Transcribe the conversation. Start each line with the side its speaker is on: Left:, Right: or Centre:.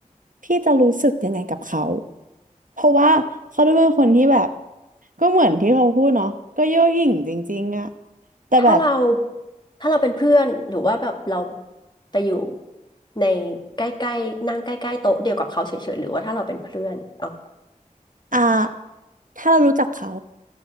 Right: พี่จะรู้สึกยังไงกับเขา เพราะว่าเขาดูเป็นคนที่แบบ ก็เหมือนที่เขาพูดเนาะก็เย่อหยิ่งจริงๆอ่ะแต่แบบ
Left: ถ้าเราถ้าเราเป็นเพื่อนหรือว่าแบบเราไปอยู่ในใกล้ๆนั่งใกล้ๆโต๊ะเดียวกับเขาเฉยๆหรือว่าถ้าเราเป็นเพื่อนเอาแบบไหน
Right: อ่าถ้าเรารู้จักเขา